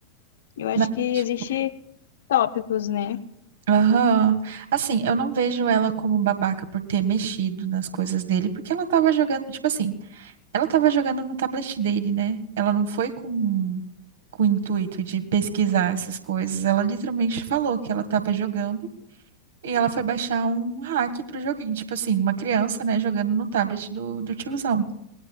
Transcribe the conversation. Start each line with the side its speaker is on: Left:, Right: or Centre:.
Left: Eu acho
Right: Não,
Left: que
Right: tipo,
Left: existe tópicos, né?
Right: aham. Assim, eu não vejo ela como babaca por ter mexido nas coisas dele, porque ela tava jogando, tipo assim, ela tava jogando no tablet dele, né? Ela não foi com, com o intuito de pesquisar essas coisas. Ela literalmente falou que ela tava jogando e ela foi baixar um hack pro joguinho, tipo assim, uma criança, né, jogando no tablet do, do tiozão.